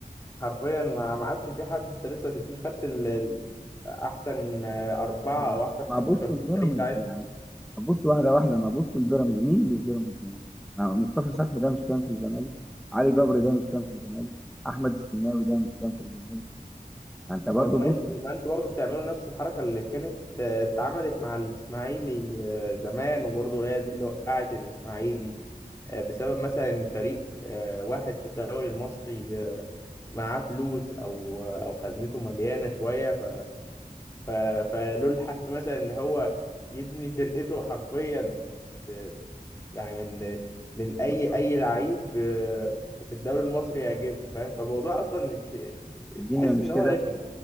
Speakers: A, on the left; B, in the centre.
A: حرفيا ما ما عادش في حد أنت لسه ما سبتوش خدت ال... ال- أحسن آه، أربعة
B: طيب
A: أو أحسن
B: ما
A: خمسة
B: ابص
A: كانوا
B: لبيراميدز
A: في الفريق
B: يعني ابص واحده واحده ما ابص لبيراميدز مين اللي في بيراميدز يعني ما مصطفى فتحي ده مش كان في الزمالك علي جبر ده مش كان في الزمالك احمد الشناوي ده مش كان في الزمالك ما انت برضو
A: طب ماشي
B: بص
A: ما انتوا برضه بتعملوا نفس الحركة اللي كانت آه، اتعملت مع الإسماعيلي آه، زمان وبرضه هي دي اللي وقعت الإسماعيلي آه، بسبب مثلا إن فريق آه، واحد في الدوري المصري آه، معاه فلوس أو آه، أو خزنته مليانة شوية ف... ف... فله الحق مثلا إن هو يبني فرقته حرفيا آه، يعني من من أي
B: بص
A: أي لعيب آه، في الدوري المصري يعجبه فاهم فالموضوع أصلا مش
B: الدنيا
A: تحس
B: مش
A: إن
B: كده
A: هو رخم